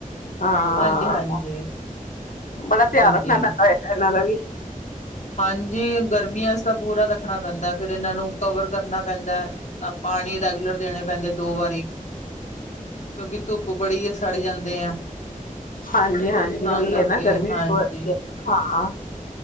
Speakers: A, on the left; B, on the left.
A: ਹਾਂ
B: ਹਾਂਜੀ- ਹਾਂਜੀ।
A: ਬੜਾ ਧਿਆਨ
B: ਹਾਂਜੀ
A: ਰੱਖਣਾ ਪੈਂਦਾ ਏ, ਇਹਨਾਂ ਦਾ ਵੀ
B: ਹਾਂਜੀ, ਗਰਮੀਆਂ 'ਚ' ਤਾਂ ਪੂਰਾ ਰੱਖਣਾ ਪੈਂਦਾ, ਫਿਰ ਇਹਨਾਂ ਨੂੰ ਕਵਰ ਕਰਨਾ ਪੈਂਦਾ। ਤਾਂ ਪਾਣੀ ਰੈਗੂਲਰ ਦੇਣੇ ਪੈਂਦੇ ਦੋ ਵਾਰੀ ਕਿਉਂਕਿ ਧੁੱਪ ਬੜੀ ਏ। ਸੜ ਜਾਂਦੇ ਆ।
A: ਹਾਂਜੀ-ਹਾਂਜੀ,
B: ਤਾਂ
A: ਉਹੀ
B: ਕਰਕੇ
A: ਆ ਨਾ ਗਰਮੀ
B: ਹਾਂਜੀ।
A: ਵਾਲੀ ਏ, ਹਾਂ-ਹਮ